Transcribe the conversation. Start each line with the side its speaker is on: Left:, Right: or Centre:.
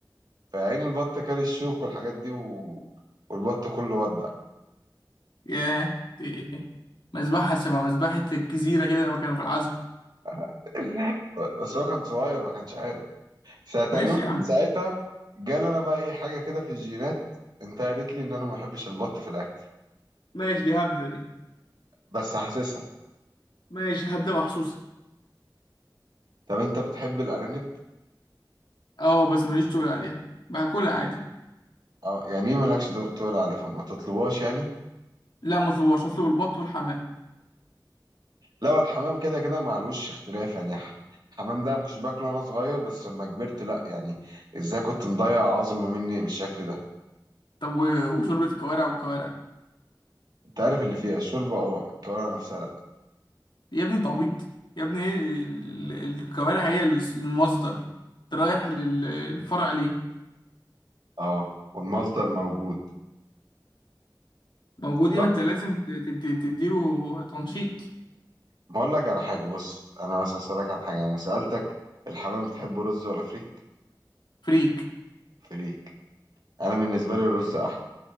Right: فعين البط كان الشوك والحاجات دي و... والبط كله ودع
Left: ياه دي مذبحة شبه مذبحة الجزيرة كده لما كانوا في العزم
Right: <laughs> بس هو كان صغير ما كانش عارف ساعة تقريبا
Left: ماشي يا عم
Right: من ساعتها جال انا بقى ايه حاجة كده في الجينات انت قالت لي ان انا ما بحبش البط في الاكل
Left: ماشي دي هبدة دي
Right: بس حاسسها
Left: ماشي هبدة محسوسة
Right: طب انت بتحب الارانب
Left: اه بس ماليش تقول عليها باكلها عادي
Right: اه يعني ايه مالكش دو- تقول عليه فما تطلبهاش يعني
Left: لا مطلوبهاش اطلب البط والحمام
Right: لا هو الحمام كده كده معلوش اختلاف يعني ح- الحمام ده ما كنتش باكله وانا صغير بس لما كبرت لا يعني ازاي كنت مضيع عظمة مني بالشكل ده
Left: طب و- وشوربة الكوارع والكوارع
Right: انت عارف اللي فيها الشوربة اه الكوارع نفسها
Left: يا ابني انت عبيط يا ابني ايه ال- ال- الكوارع هي الس- المصدر انت رايح للفرع ليه
Right: اه والمصدر موجود
Left: موجود ايه
Right: صح
Left: ما انت لازم ت- ت- ت- تديله تنشيط
Right: ما اقول لك على حاجه بص انا بس اسالك على حاجه انا سالتك الحمام بتحبه رز ولا فريك
Left: فريك
Right: فريك انا بالنسبه لي الرز احلى